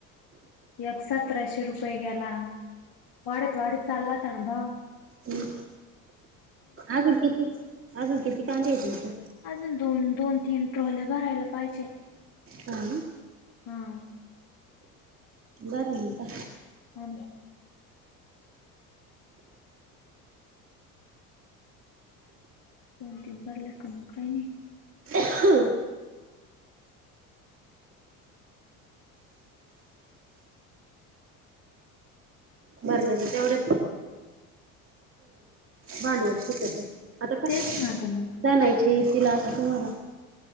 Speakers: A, on the left (about 55°); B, on the right (about 30°).
A: एक सतराशे रुपये गेला वाढत वाढत चाललाता ना भाऊ.
B: हम अजून किती अजून किती कांदे आहे तुमचे
A: अजून दोन दोन तीन ट्रॉले भरायला पाहिजे
B: हा
A: हा
B: बारा म का
A: हम दोन तीन बार ल कं कायनी
B: हा भरल्या तर तेवढच भांडवल सुिक ते आता का
A: तेच ना ग मग
B: जानायचे तिला आता तुम्हाला